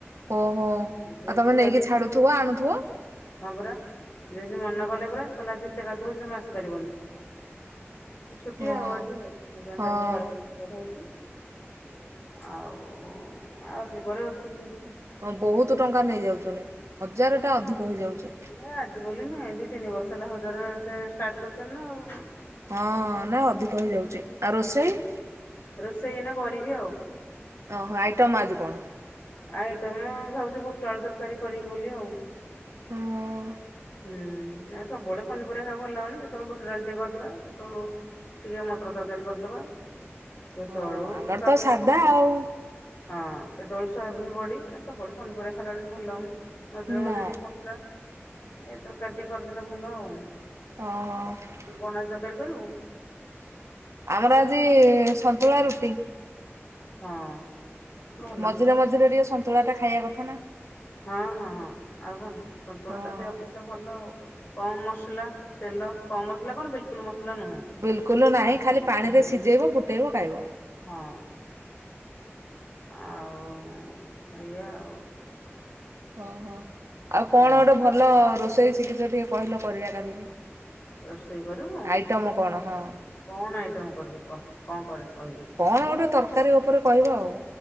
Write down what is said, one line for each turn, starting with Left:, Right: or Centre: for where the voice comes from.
Right: ଓହୋ ଆଉ
Left: କାଦୁଅ
Right: ତମେ
Left: ଯେ ସେ
Right: ନେଇକି
Left: ଆଜି
Right: ଛାଡ଼ୁଥୁବ ଆଣୁଥୁବ।
Left: ହଁ ପରା ଯେ ସେ ମନା କଲେ ପରା କହିଲେ ଯେତେ କାଦୁଅ ହେଇଚି ତମେ ଆସି ପାରିବନି। ଛୁଟି
Right: ହଁ
Left: ଆଉ ଆଜି ଆଉ ମୁ ପେଣି
Right: ହଁ
Left: ତାକୁ ଘର ବ ପଢ଼ଉ ଆଉ ଆଉ ଦିପରେ ରୋଷେଇ କରିବି।
Right: ହଁ ବୋହୁତୁ ଟଙ୍କା ନେଇଯାଉଛନ୍ତି ହଜାର ଟା ଅଧିକ ହେଇଯାଉଚି।
Left: ହେ ଆଜି ବୋଲି ନୁଏ ଦି ତିନି ବର୍ଷ ହେଲା ହଜାର ସେ ଷ୍ଟାର୍ଟ କରିଛନ୍ତି ନା ଆଉ।
Right: ହଁ ନା ଅଧିକ ହେଇଯାଉଚି ଆ ରୋଷେଇ?
Left: ରୋଷେଇନା କରିବି ଆଉ।
Right: ଓହୋ ଆଇଟମ୍ ଆଜି କଣ?
Left: ଆଇଟମ ଭାବୁଛି ବୁଟ ଆଳୁ ତରକାରୀ କରିବି ବୋଲି ଆଉ।
Right: ହଁ।
Left: ହୁଁ ଆ ସବୁବେଳେ ପନିପରିବା ଖାଇବା ଭଲ ହଉନି କେତେବେଳେ ବୁଟ ଡାଲି ଟିକେ କରିଦବା କେତେବେଳୁ ଟିକେ ମଟର ତରକାରୀ କରିଦବା, କେତେବେଳୁ
Right: ହଁ ଆମର
Left: କାବୁଲୁବୁଟ।
Right: ତ ସାଧା ଆଉ
Left: ହଁ କେତେବେଳୁ ସୋୟାବିନ ବଡି ଏ ସବୁବେଳେ ପନିପରିବା ଖାଇଲାବେେଳେ ଭଲ ଲାଗୁନି, ମଝିରେ
Right: ନା
Left: ମଝିରେ ଟିକେ ମ ନା। ଏ ତରକାରୀ ଟିକେ କରିଦେଲେ ଭଲ ଆଉ।
Right: ଓହୋ।
Left: ପଣସ ତରକାରୀ କରିବୁ?
Right: ଆମର ଆଜି ସନ୍ତୁଳା ରୁଟି।
Left: ହଁ। ଭଲ
Right: ମଝିରେ ମଝିରେ ଟିକେ ସନ୍ତୁଳା ଟା ଖାଇବା କଥା ନା।
Left: ହଁ ହଁ ହଁ ଆଉ କଣ ସନ୍ତୁଳା
Right: ହଁ
Left: ଟା ଦେହ ପାଇଁ ତ ଭଲ ଆଉ। କମ ମସଲା, ତେଲ କମ ମସଲା କଣ ବିଲକୁଲ ମସଲା ନୁହେଁ।
Right: ବିଲକୁଲ ନାହିଁ
Left: ଆଉ
Right: ଖାଲି ପାଣିରେ
Left: ନା।
Right: ସିଝେଇବ ଫୁଟେଇବ ଖାଇବ।
Left: ହଁ ଆଉ ଏଇଆ ଆଉ।
Right: ଓହୋ ଆଉ କଣ
Left: ହୁଁ
Right: ଗୋଟେ ଭଲ ରୋଷେଇ ଶିକଷ ଟିକେ କହିଲ କରିବା କାଲିିକି।
Left: ରୋଷେଇ କରିବୁ
Right: ଆଇଟମ କଣ ହଁ?
Left: କଣ ଆଇଟମ କରିବୁ କହ, କଣ କର କହିବି?
Right: କଣ ଗୋଟେ ତରକାରୀ ଉପରେ କହିବ ଆଉ।